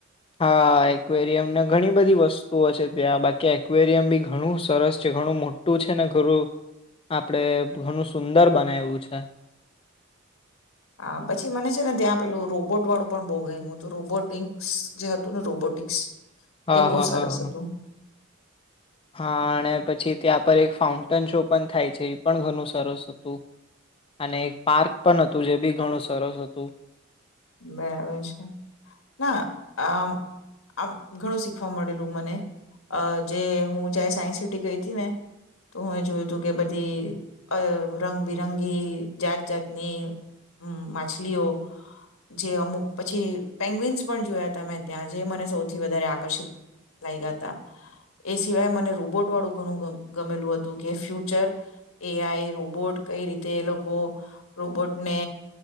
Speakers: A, on the left (about 25°); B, on the left (about 80°).
A: હા એકવેરિયમ ને ઘણી બધી વસ્તુઓ છે ત્યાં બાકી એકવેરિયમ બી ઘણું સરસ છે ઘણું મોટું છે ને ઘરું આપણે ઘણું સુંદર બનાવ્યું છે
B: હ પછી મને છે ને ત્યાં પેલું રોબોટ વાળું પણ બહુ ગયું તો રોબોટિક્સ જે હતું ને રોબોટ્સ
A: હા
B: એ બહુ
A: હા
B: સરસ
A: હા હા.
B: હતું
A: હા અને પછી ત્યાં પર એક ફાઉન્ટન શો પણ થાય છે એ પણ ઘણું સરસ હતું અને એક પાર્ક પણ હતું જે બી ઘણું સરસ હતું
B: બરાબર છે ના આ મઆમ ઘણું શીખવા મળેલું મને અ જે હું જાય સાયન્સ સિટી ગઈ હતી ને તો હું જોયું તું કે બધીઅ રંગબિરંગી જાત જાતની માછલીઓ જે અમુક પછી પેગ્વીન્સ પણ જોયા હતા મેં ત્યાં જે મને સૌથી વધારે આકર્ષિત લાગયા હતા એ સિવાય મને રોબોટ વાળું ઘણું ગમે ગમેલું હતું કે ફ્યુચર એ આઈ રોબોટ કઈ રીતે એ લોકો રોબોટને